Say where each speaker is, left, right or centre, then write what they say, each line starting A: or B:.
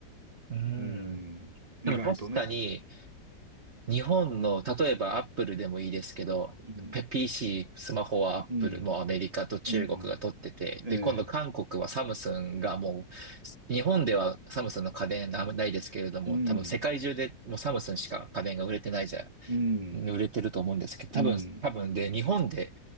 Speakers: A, on the right; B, on the right.
A: うん。
B: うん、意外とね。
A: でも確かに、日本の、例えばアップルでもいいですけど、
B: うん、
A: ペ PC、スマホはアップル、
B: うん、
A: もうアメリカと中国が取ってて、
B: うん、ええ、
A: で、今度韓国はサムスンがもう、日本ではサムスンの家電あんまないですけれども、
B: うん、
A: 多分世界中でもうサムスンしか家電が売れてないじゃ
B: うん、
A: ん、売れてると思うんですけど、
B: うん、
A: 多分、多分で、日本で